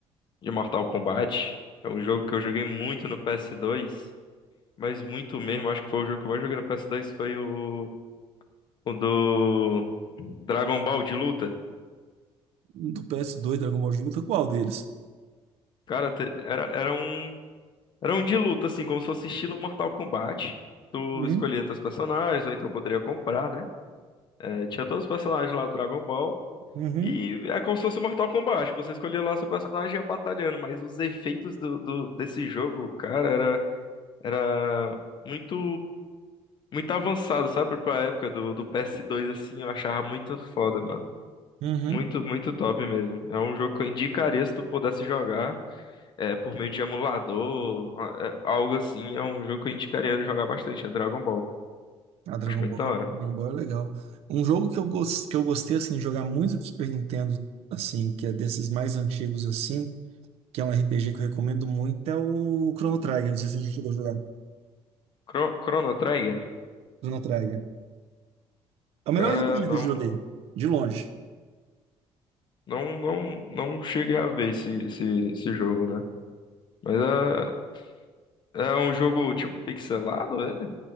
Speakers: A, on the left (about 45°); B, on the right (about 75°).
A: de Mortal Kombat. É um jogo que eu joguei muito no ps dois mas muito mesmo. Acho que foi o jogo que eu mais joguei no ps dois foi o, o do Dragon Ball de luta.
B: Do PS2, Dragon Ball de luta, qual deles?
A: Cara, te- era, era um, era um de luta, assim, como se fosse estilo Mortal Kombat. Tu
B: Uhum,
A: escolhia teus personagens, ou então poderia comprar, né? É, tinha todos os personagens lá do Dragon Ball.
B: uhum,
A: E é como se fosse Mortal Kombat. Você escolhia lá seu personagem e ia batalhando, mas os efeitos do, do- desse jogo, cara, era, era muito, muito avançado, sabe? Pra época do, do PS2, assim, eu achava muito foda, mano.
B: uhum.
A: Muito, muito top mesmo. É um jogo que eu indicaria se tu pudesse jogar. é, por meio de emulador, a- é, algo assim, é um jogo que eu indicaria jogar bastante, é Dragon Ball.
B: A Dragon
A: Acho muito
B: Ball,
A: da hora.
B: Dragon Ball é legal. Um jogo que eu, gos- que eu gostei assim, de jogar muito do Super Nintendo, assim, que é desses mais antigos assim. que é um RPG que eu recomendo muito, é o Chrono Trigger. Não sei se você chegou a jogar.
A: Chro- Chrono Trigger,
B: Chrono Trigger. É o
A: cara,
B: melhor RPG
A: não,
B: que eu joguei, de longe.
A: não, não, não cheguei a ver esse, esse, esse jogo, né? Mas é, é um jogo tipo pixelado, ele?